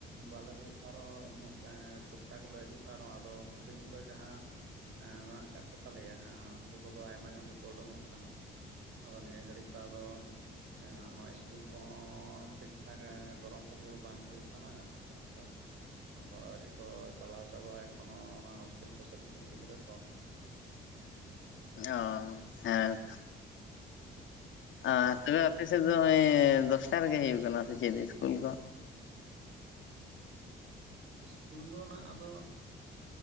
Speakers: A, on the right; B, on the left.
A: ᱵᱟᱞᱮ ᱦᱩᱭᱩᱜ ᱟᱨᱦᱚᱸ ᱤᱱᱟᱹᱜ ᱮᱸᱜ ᱴᱩᱠᱴᱟᱠ ᱞᱮ ᱦᱤᱡᱩᱜ ᱠᱟᱱ ᱨᱮᱦᱚᱸ ᱟᱫᱚ ᱦᱩᱰᱤᱧ ᱠᱚ ᱡᱟᱦᱟᱸ ᱮᱸ ᱢᱮᱱᱟᱜ ᱟᱠᱟᱜᱽ ᱠᱚ ᱛᱟᱞᱮᱭᱟ ᱩᱱᱠᱩ ᱠᱚᱫᱚ ᱟᱭᱢᱟ ᱧᱚᱜ ᱜᱮᱠᱚ ᱩᱰᱩᱝᱠ-ᱚᱜ ᱠᱟᱱᱟ, ᱟᱫᱚ ᱱᱤᱭᱟᱹ ᱜᱷᱟᱹᱲᱤᱡ ᱛᱚ ᱟᱫᱚ ᱮᱸ ᱱᱚᱣᱟ ᱤᱥᱠᱩᱞ ᱠᱚᱦᱚᱸ ᱴᱷᱤᱠ ᱴᱷᱟᱠ ᱜᱚᱨᱚᱢ ᱠᱷᱟᱹᱛᱤᱨ ᱵᱟᱝ ᱦᱩᱭᱩᱜ ᱠᱟᱱᱟ, ᱛᱟᱨᱯᱚᱨᱮ ᱟᱫᱚ ᱟᱹᱰᱤᱣᱨᱤ ᱠᱚ ᱪᱟᱞᱟᱣ ᱪᱟᱵᱟᱜᱼᱟ ᱮᱠᱷᱚᱱᱳ ᱚᱱᱟ ᱦᱳᱥᱴᱮᱞ ᱠᱚᱥᱮᱫ ᱜᱤᱫᱽᱨᱟᱹ ᱠᱚ᱾
B: ᱚᱸ ᱦᱮᱸᱛ᱾ ᱟᱨ ᱛᱚᱵᱮ ᱟᱯᱮᱥᱮᱫ ᱫᱚ ᱚᱸᱭᱻ ᱫᱚᱥᱴᱟ ᱨᱮᱜᱮ ᱦᱩᱭᱩᱜᱭ ᱠᱟᱱᱟ ᱥᱮ ᱪᱮᱫ ᱤᱥᱠᱩᱞ ᱠᱚ?
A: ᱤᱥᱠᱩᱞ ᱫᱚ ᱱᱟᱜ ᱟᱫᱚ